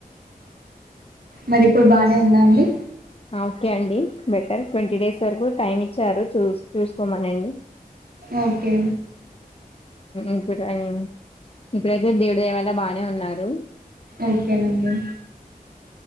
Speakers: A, on the right; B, on the left.
A: మరి ఇప్పుడు బానే ఉందా అండి
B: ఓకే అండి బెటర్ ట్వంటీ డేస్ వరకు టైమ్ ఇచ్చారు చూ చూసుకోమని
A: ఓకె
B: ఇప్పుడై ఇప్పుడైతే దేవుడి దేవాల బానే ఉన్నారు
A: ఓకేనండి